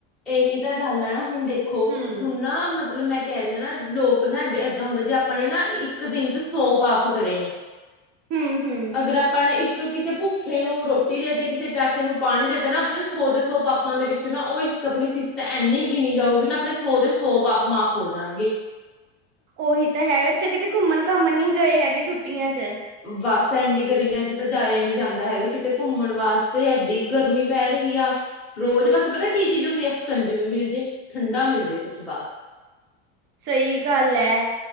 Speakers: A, in the centre; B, on the right (about 35°).
A: ਇਹੀ ਤਾਂ ਗੱਲ ਆ ਨਾ। ਹੁਣ ਦੇਖੋ
B: ਹੂੰ
A: ਹੁਣ ਨਾ, ਮਤਲਬ ਮੈਂ ਕਹਿ ਰੀ ਆ ਨਾ, ਲੋਕ ਨਾ ਏਦਾਂ ਹੁੰਦਾ ਜੇ, ਆਪਣੇ ਨਾ ਇੱਕ ਦਿਨ 'ਚ ਸੌ ਪਾਪ ਕਰੇ ਨੇ।
B: ਹੂੰ ਹੂੰ
A: ਅਗਰ ਆਪ ਆਪਾਂ ਨੇ ਇੱਕ ਕਿਸੇ ਭੁੱਖੇ ਨੂੰ ਰੋਟੀ ਦੇਤੀ, ਕਿਸੇ ਪਿਆਸੇ ਨੂੰ ਪਾਣੀ ਦੇਤਾ ਨਾ। ਆਪਣੇ ਸੌ ਦੇ ਸੌ ਪਾਪਾਂ ਦੇ ਵਿੱਚੋਂ ਨਾ ਉਹ ਇੱਕ ਕੇ ਆਪਣੀ ਸਿਫ਼ਤ ਐਨੀ ਗਿਣੀ ਜਾਊਗੀ ਨਾ, ਆਪਣੇ ਸੌ ਦੇ ਸੌ ਪਾਪ ਮਾਫ਼ ਹੋ ਜਾਣਗੇ।
B: ਉਹੀ ਤਾਂ ਹੈ। ਅੱਛਾ, ਕਿਤੇ ਘੁੰਮਣ-ਘੰਮਣ ਨੀ ਗਏ ਹੈਗੇ, ਛੁੱਟੀਆਂ 'ਚ।
A: ਬੱਸ ਐਨੀ ਗਰਮੀਆਂ 'ਚ ਤੇ ਜਾਇਆ ਈ ਨੀ ਜਾਂਦਾ ਹੈਗਾ ਕਿਤੇ ਘੁੰਮਣ ਵਾਸਤੇ, ਐਡੀ ਗਰਮੀ ਪੈ ਰਹੀ ਆ। ਰੋਜ਼ ਬਸ ਪਤਾ ਕੀ ਚੀਜ਼ ਹੁੰਦੀ ਆ। ਸਕੰਜ਼ਵੀ ਮਿਲਜੇ, ਠੰਢਾ ਮਿਲਜੇ ਕੁੱਛ ਬਸ।
B: ਸਹੀ ਗੱਲ ਐ।